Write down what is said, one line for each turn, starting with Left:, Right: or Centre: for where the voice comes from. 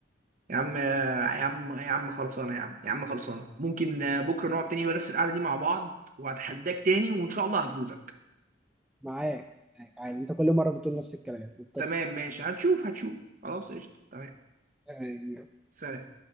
Right: يا عم آه، يا عم يا عم خلصانه يا عم يا عم خلصانه ممكن آه، بكره نقعد تاني ونفس القعده دي مع بعض وهتحداك تاني وان شاء الله هفوزك
Centre: معاك معاك عادي انت كل مره بتقول نفس الكلام وبتخسر
Right: تمام ماشي هتشوف هتشوف خلاص قشطه تمام
Centre: يعني
Right: سلام